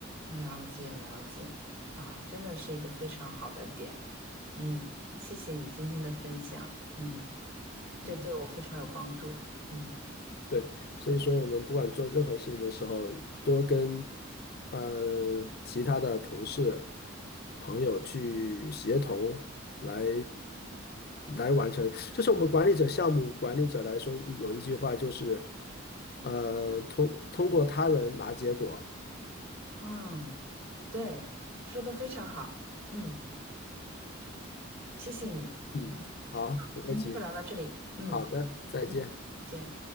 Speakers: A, on the right (about 65°); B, on the left (about 50°).
A: 了解了解，啊，真的是一个非常好的点。嗯，谢谢你今天的分享。嗯，
B: 嗯，
A: 这对我非常有帮助。嗯
B: 对。所以说我们不管做任何事情的时候，多跟呃其他的同事、朋友去协同来来完成。就是我们管理者、项目管理者来说，有一句话就是，呃，通通过他人拿结果。
A: 嗯，对，说的非常好。嗯，谢谢你。
B: 嗯，
A: 嗯，
B: 好，不客气。
A: 今天就聊到这里。嗯
B: 好的，再见。
A: 嗯，见。